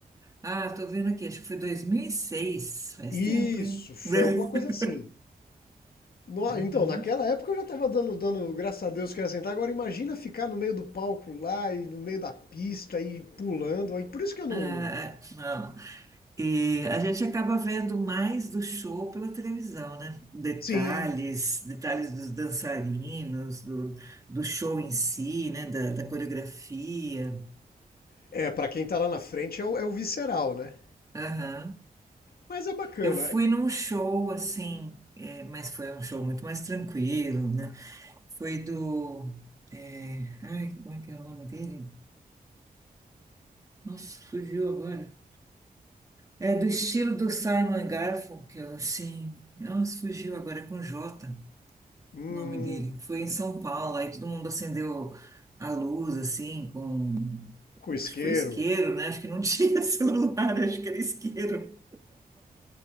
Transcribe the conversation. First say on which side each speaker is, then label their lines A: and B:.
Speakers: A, on the right; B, on the left.
A: Ah, tô vendo aqui, acho que foi 2006. faz
B: Isso,
A: tempo, hein? <laughs>
B: foi alguma coisa assim. No-
A: Uhum.
B: Então, naquela época eu já tava dando, dando graças a Deus que era sentar. Agora imagina ficar no meio do palco lá e no meio da pista e pulando. Aí por isso que eu não.
A: É, é, não. E a gente acaba vendo mais do show pela televisão, né? Detalhes,
B: Sim.
A: detalhes dos dançarinos, do, do show em si, né? Da, da coreografia.
B: É, pra quem tá lá na frente é o, é o visceral, né?
A: Aham.
B: Mas é bacana.
A: Eu fui num show assim, é, mas foi um show muito mais tranquilo, né? Foi do. é, ai, como é que é o nome dele? Nossa, fugiu agora. É do estilo do Simon Garfunkel, assim. Nossa, fugiu agora é com Jota.
B: Hum,
A: o nome dele. Foi em São Paulo, aí todo mundo acendeu a luz, assim, com.
B: com
A: Acho
B: isqueiro.
A: que foi isqueiro, né? Acho que não tinha <laughs> celular, acho que era isqueiro.